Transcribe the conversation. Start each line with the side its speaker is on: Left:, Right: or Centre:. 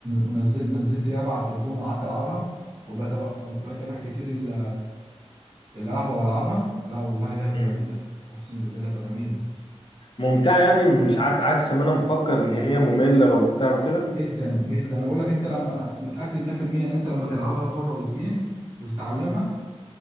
Right: ونزلت نزلت لعبه على التليفون وقعدت العبها وبقيت أرو- بقيت اروح كتير ال- القهوه والعبها لا والله لعبه
Left: أمم.
Right: جميله اقسم بالله لعبه جميله
Left: ممتعه يعني مش عك- عكس ما انا مفكر ان هي ممله وبتاع وكده
Right: جدا جدا انا بقول لك انت لما متاكد 100% ان انت لما تلعبها مره واتنين وتتعلمها